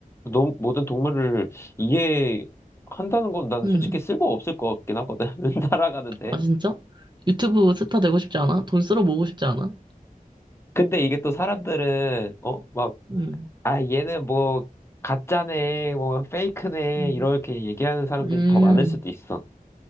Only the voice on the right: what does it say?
음.
아, 진짜? 유튜브 스타 되고 싶지 않아? 돈 쓸어 모으고 싶지 않아?
음,
음,
음,